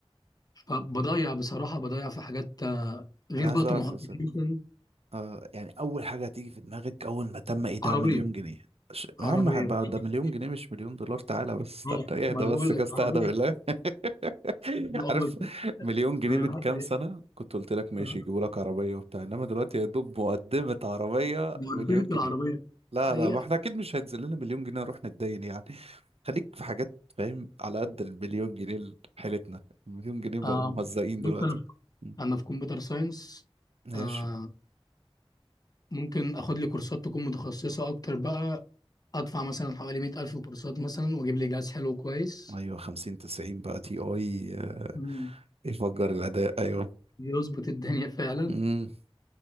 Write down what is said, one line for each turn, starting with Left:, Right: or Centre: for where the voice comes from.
Left: فبضيع بصراحه بضيع في حاجات آه، غير
Right: انا عايز
Left: بقى
Right: اعرف
Left: طموحاتي
Right: بس
Left: مثلا
Right: آه يعني أول حاجة هتيجي في دماغك أول ما تم إيداع
Left: عربيه
Right: مليون جنيه ش- يا
Left: عربيه
Right: عم هبقى
Left: بصراحة.
Right: ده مليون جنيه مش مليون دولار تعالى بس
Left: اه
Right: استنى
Left: ما
Right: اهدى
Left: انا
Right: بس
Left: بقول
Right: كده
Left: لك
Right: استهدى
Left: عربيه
Right: بالله <laughs>
Left: اه
Right: عارف
Left: بس
Right: مليون جنيه
Left: ما
Right: من
Left: الواحد
Right: كام
Left: عايز-
Right: سنة كنت قلت لك ماشي
Left: اه
Right: يجيبوا لك عربية وبتاع إنما دلوقتي يا دوب مقدمة عربية
Left: ده
Right: مليون
Left: قدمت
Right: جنيه
Left: العربيه
Right: لا
Left: حقيقه
Right: لا ما احنا أكيد مش هينزل لنا مليون جنيه نروح نتدين يعني خليك في حاجات فاهم على قد المليون جنيه حيلتنا المليون جنيه بقوا
Left: آه
Right: مهزقين
Left: بص
Right: دلوقتي
Left: انا في
Right: م.
Left: انا في كمبيوتر ساينس
Right: ماشي
Left: آه، ممكن اخد لي كورسات تكون متخصصة اكتر بقى ادفع مثلا حوالي مئة الف كورسات مثلا واجيب لي جهاز حلو كويس
Right: ايوه 50 90 بقى تي اي آه،
Left: مم.
Right: يفجر الاداء ايوه
Left: يظبط الدنيا فعلا
Right: امم